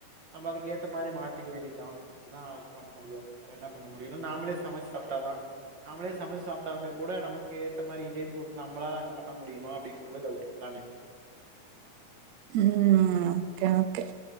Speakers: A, on the right (about 45°); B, on the right (about 80°).
A: நம்ம அதுக்கு ஏத்த மாரி மாத்திக்க வேண்டியதான் அப்டிதான் பண்ண முடியும் வேற என்ன பண்ண முடியும் இல்ல நாம்ளே சமைச்சு சாப்ட்டாதான் நாமளே சமைச்சு சாப்ட்டாலுமே கூட நமக்கு ஏத்த மாரி இந்தியன் ஃபுட் நம்மளால அங்க பண்ண முடியுமா அப்படிங்கறது டவுட் தானே
B: ம் ஓகே ஓகே